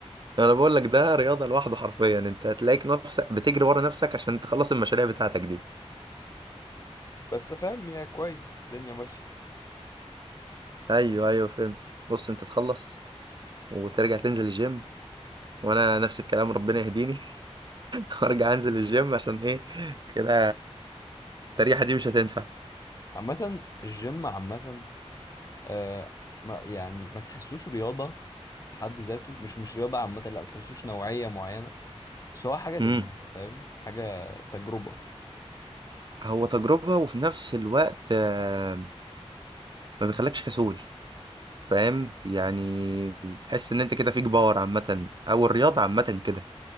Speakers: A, on the right; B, on the left.
A: انا بقول لك ده رياضه لوحده حرفيا انت هتلاقيك نفسك بتجري ورا نفسك عشان تخلص المشاريع بتاعتك دي
B: بس فاهم يا كويس الدنيا ماشيه
A: ايوه ايوه فهمت بص انت تخلص وترجع تنزل الجيم وانا نفس الكلام ربنا يهديني <laughs> وارجع انزل الجيم عشان ايه كده التريحه دي مش هتنفع
B: عامه الجيم عامه آه ما يعني ما تحسوش رياضه في حد ذاته مش مش رياضه عامه لا ما تحسوش نوعيه معينه بس هو حاجه لذيذه
A: امم
B: فاهم حاجه تجربه
A: هو تجربه وفي نفس الوقت آه، ما بيخلكش كسول فاهم يعني تحس ان انت كده فيك باور عامه او الرياضه عامه كده